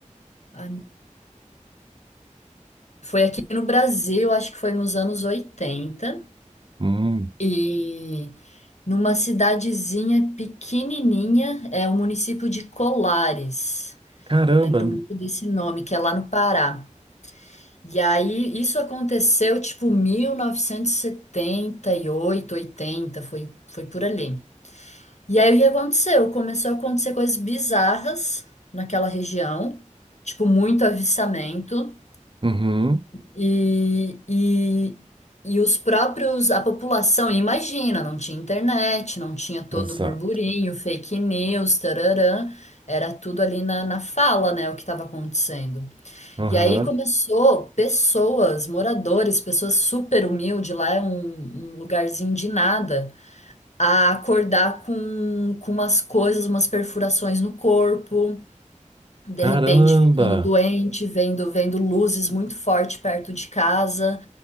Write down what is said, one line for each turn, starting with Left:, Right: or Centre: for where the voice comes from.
Left: Ah, Foi aqui no Brasil, acho que foi nos anos 80.
Right: hum,
Left: E numa cidadezinha pequenininha, é o município de Colares.
Right: caramba.
Left: Eu lembro muito desse nome, que é lá no Pará. E aí isso aconteceu tipo mil novecentos e e setenta e oito, 80, foi, foi por ali. E aí o que aconteceu? Começou a acontecer coisas bizarras naquela região, tipo muito avistamento.
Right: Uhum,
Left: E, e, e os próprios, a população, imagina, não tinha internet, não tinha todo
Right: exato.
Left: o burburinho, fake news, tararã, era tudo ali na, na fala, né, o que estava acontecendo.
Right: Aham,
Left: E aí começou pessoas, moradores, pessoas super humildes, lá é um, um lugarzinho de nada, a acordar com, com umas coisas, umas perfurações no corpo, de
Right: Caramba.
Left: repente ficando doente, vendo, vendo luzes muito forte perto de casa,